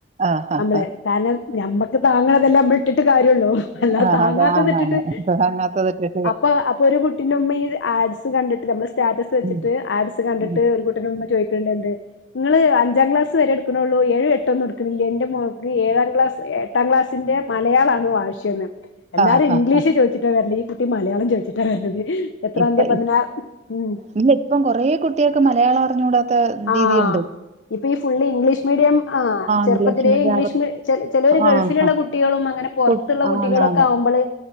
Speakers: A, on the right; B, on the left.
A: ആഹ് ആഹ്
B: നമ്മള് കാരണം ഞമ്മക്ക് താങ്ങണ്തല്ലേ ഞമ്മള് ഇട്ടിട്ട് കാര്യോള്ളൂ അല്ലാതെ
A: ആഹ്
B: താങ്ങാത്തത്
A: അതാണ്
B: ഇട്ട്ട്ട്
A: <unintelligible>
B: അപ്പൊ അപ്പൊ ഒരു കുട്ടിന്റുമ്മ ഈ ആഡ്സ് കണ്ട്ട്ട് നമ്മള് സ്റ്റാറ്റസ് വെച്ചിട്ട്
A: ഉം
B: ആഡ്സ് കണ്ട്
A: ഉം.
B: ട്ട്ഒരു കുട്ടിന്റെ മ്മ ചോയ്ക്ക്ണ്ടെന്ത് ങ്ങള് അഞ്ചാം ക്ലാസ് വെരെ ഇട്ക്ക്ണൊള്ളൂ ഏഴും എട്ടൊന്നും ഇട്ക്ക്ണില്ലേ ന്റെ മോൾ ക്ക് ഏഴാം ക്ലാസ് എട്ടാം ക്ലാസ്സിന്റെ മലയാളാണ് വാശ്യന്ന് എല്ലാരും
A: ആ ഹാ
B: ഇംഗ്ലീഷ്
A: ഹാ.
B: ചോയ്ച്ച്ട്ടാവെര്ല് ഈ കുട്ടി മലയാളം ചോയ്ച്ച്ട്ടാ വെര്ണത് എത്രാന്ത്യ
A: ഇപ്പ
B: പതിനാ
A: ഇ
B: ഉം
A: ഇല്ല ഇപ്പം കൊറെ കുട്ട്യാക്ക് മലയാളം അറിഞ്ഞുടാത്ത
B: ആഹ്
A: രീതിണ്ട്
B: ഇപ്പൊ ഈ ഫുള്ള് ഇംഗ്ലീഷ് മീഡിയം ആ ചെറുപ്പത്തിലേ
A: ഇംഗ്ലീഷ് മീഡിയം
B: ഇംഗ്ലീഷ്
A: അവർ
B: മീ ചെലോര്
A: ആഹ്
B: ഗൾഫില്ള്ള
A: ഹാ
B: കുട്ടികളും അങ്ങനെ പൊർത്ത്ള്ള
A: കു
B: കുട്ടികളൊക്കാവുമ്പള്
A: ആന്നാന്ന്